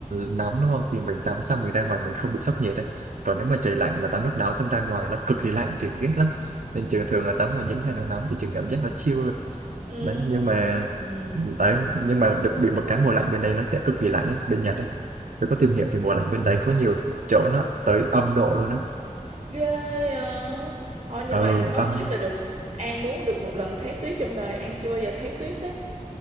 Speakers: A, on the right; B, on the right.
A: nóng đúng không thì mình tắm xong mình ra ngoài mình không bị sốc nhiệt đấy còn nếu mà trời lạnh mà tắm nước nóng xong ra ngoài nó cực kỳ lạnh trường ghét lắm nên trường thường là tắm vào những ngày nó nóng thì trường cảm giác nó chill hơn
B: Ừm,
A: đấy nhưng mà
B: ừm.
A: đấy nhưng mà được bị một cái mùa lạnh bên đây nó sẽ cực kỳ lạnh ấy, bên Nhật ấy tôi có tìm hiểu thì mùa lạnh bên đấy có nhiều chỗ nó tới âm độ luôn á
B: ghê à. thôi nhưng
A: ừ
B: mà có
A: âm
B: tuyết là được An muốn được một lần thấy tuyết trong đời An chưa bao giờ thấy tuyết hết